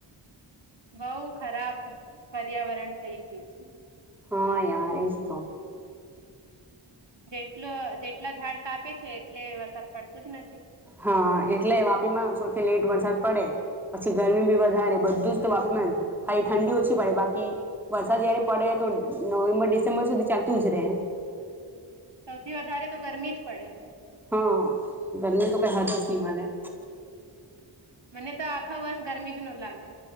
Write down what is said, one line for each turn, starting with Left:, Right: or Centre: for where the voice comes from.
Right: બઉ ખરાબ પર્યાવરણ થઈ ગયું છે.
Centre: હા યાર એ તો.
Right: જેટલ જેટલા ઝાડ કાપે છે. એટલે વરસાદ પડતું જ નથી
Centre: હા એટલે વાપીમાં સૌથી લેટ વરસાદ. પડે પછી ગરમી બી વધારે બધું જ તો વાપી ખાલી ઠંડી ઓછી પડે બાકી વરસાદ. જારે પડે તો નવેમ્બર ડિસેમ્બર સુધી ચાલતું જ રહે.
Right: સૌથી વધારે તો ગરમી જ પડે.
Centre: હા ગરમી તો કઈ હદ જ હિમાલેય.
Right: મને તો આખા વર્ષ ગરમી જ ન લાગે.